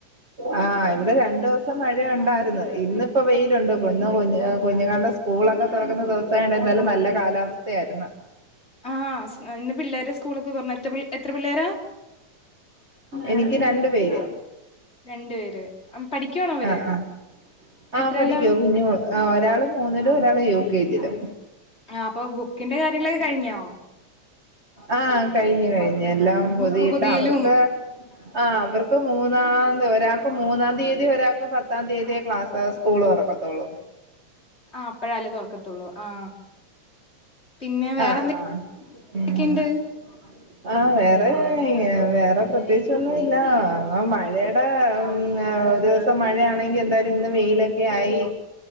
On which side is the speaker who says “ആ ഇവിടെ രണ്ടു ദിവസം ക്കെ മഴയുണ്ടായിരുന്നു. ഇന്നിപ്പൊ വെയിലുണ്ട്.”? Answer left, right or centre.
Right